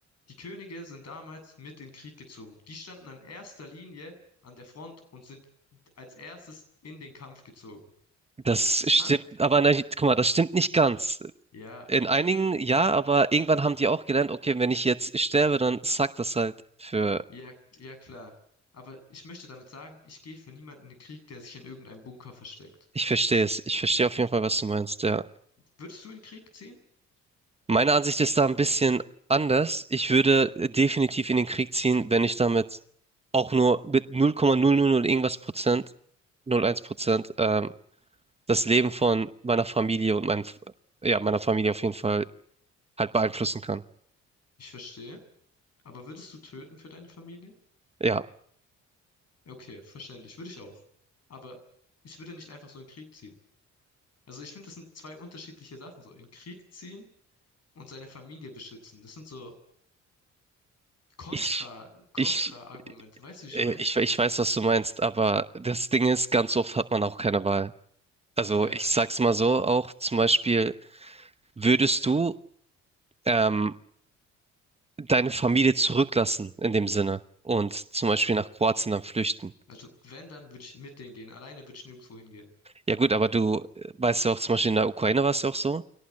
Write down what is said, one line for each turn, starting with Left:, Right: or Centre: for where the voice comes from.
Left: Die Könige sind damals mit in den Krieg gezogen. Die standen an erster Linie an der Front und sind als erstes in den Kampf gezogen.
Right: Das
Left: Dann?
Right: stimmt, aber nein, guck mal, das stimmt nicht ganz.
Left: Ja,
Right: In einigen ja, aber irgendwann haben die auch gelernt, okay, wenn ich jetzt sterbe, dann sagt das halt für.
Left: ja, ja klar. Aber ich möchte damit sagen, ich gehe für niemanden in den Krieg, der sich in irgendeinem Bunker versteckt.
Right: Ich verstehe es. Ich verstehe auf jeden Fall, was du meinst, ja.
Left: Würdest du in den Krieg ziehen?
Right: Meine Ansicht ist da ein bisschen anders. Ich würde definitiv in den Krieg ziehen, wenn ich damit auch nur mit 0,000 irgendwas Prozent, 0,1 Prozent, ähm, das Leben von meiner Familie und mein, ja, meiner Familie auf jeden Fall halt beeinflussen kann.
Left: Ich verstehe. Aber würdest du töten für deine Familie?
Right: Ja,
Left: Ja, Okay, verständlich. Würde ich auch. Aber ich würde nicht einfach so in den Krieg ziehen. Also ich finde, das sind zwei unterschiedliche Sachen, so in Krieg ziehen und seine Familie beschützen. Das sind so Kontra,
Right: ich,
Left: Kontra-Argumente.
Right: ich,
Left: Weißt du, wie ich
Right: äh,
Left: meine?
Right: ich, ich weiß, was du meinst, aber das Ding ist, ganz oft hat man auch keine Wahl. Also
Left: Ja,
Right: ich
Left: klar.
Right: sag's mal so auch, zum Beispiel, würdest du ähm, deine Familie zurücklassen in dem Sinne und zum Beispiel nach Kroatien dann flüchten.
Left: Also wenn, dann würde ich mit denen gehen. Alleine würde ich nirgendwo hingehen.
Right: Ja gut, aber du äh, weißt ja auch, zum Beispiel in der Ukraine war es ja auch so,